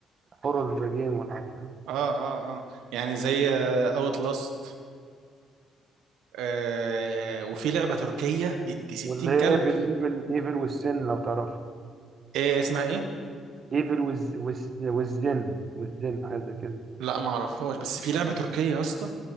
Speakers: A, on the right; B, on the right.
A: هورر جيم ولا عارف إيه.
B: اه اه اه يعني زي
A: أمم.
B: اوت لاست آه Outlast. آه، وفي لعبة تركية بنت 60
A: واللي هي
B: كلب
A: ايفل ايفل ايفل والسن لو تعرف
B: ايه اسمها ايه
A: ايفل والز... والز... والزن والزن حاجه زي كده
B: لا ما اعرفهاش بس في لعبه تركيه يا اسطى